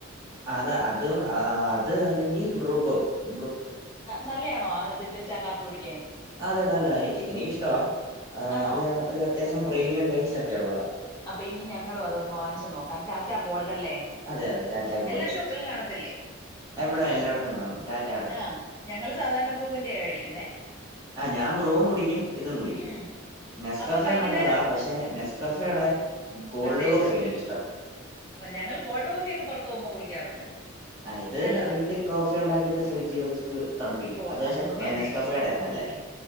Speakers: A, on the right; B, on the left.
A: അത അതും അത് അല്ലെങ്കിൽ <unintelligible>
B: നല്ലതയാണോ ആ അതിട്ട് ചകാപ്പി കുടിക്ക
A: അതെ നല്ല എനിക്ക് എനിക്കിഷ്ടവാ ആ
B: ആണോ
A: അത് ഒരു അത്യാവശ്യം പ്രീമിയം ടേസ്റ്റ് ഒക്കെ ഉള്ളതാ
B: അപ്പം ഇനി ഞങ്ങളും അതൊന്ന് വാഞ്ച് നോക്കാം ടാറ്റാ ഗോൾ ല്ല
A: അതെ അതെ ടാറ്റ ഗോൾഡ്
B: എല്ലാ ഷോപ്പും കാണത്തില്ലേ
A: എവിടെ എല്ലായിടത്തും കാണും ടാറ്റാടെ
B: ആ ഞങ്ങള് സാധാരണ ബ്രൂവിന്റെ ആ മേടിക്കുന്നത്
A: ആ ഞാൻ ബറോം കുടിക്കും ഇതും കുടിക്കും
B: ഉം
A: നെസ്കഫ
B: അപ്പൊ വൈകുന്നേരം
A: നല്ലതാ പക്ഷെ നെസ്കഫയുടെ കോൾഡ്
B: ഒരു ടേസ്റ്റ്
A: കോഫി
B: ഉണ്ട്
A: എനിക്കിഷ്ടം
B: ഞങ്ങള് ഗോൾഡ് കോഫി ഒക്കെ പുറത്ത് തോമ കുടിക്കാറുണ്ട്
A: അതത്
B: നല്ലതാ
A: വീട്ടിൽ കോഫി ഉണ്ടാക്കിട്ട് ഫ്രിഡ്ജ് വെച്ച് തണുപ്പിക്കും
B: ഓ
A: അത് പക്ഷെ
B: അങ്ങനെ
A: നെസ്കഫടയാന്നല്ലേ